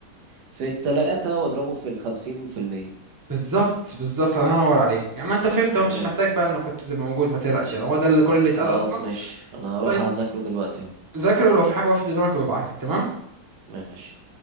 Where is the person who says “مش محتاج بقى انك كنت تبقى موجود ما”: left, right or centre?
Right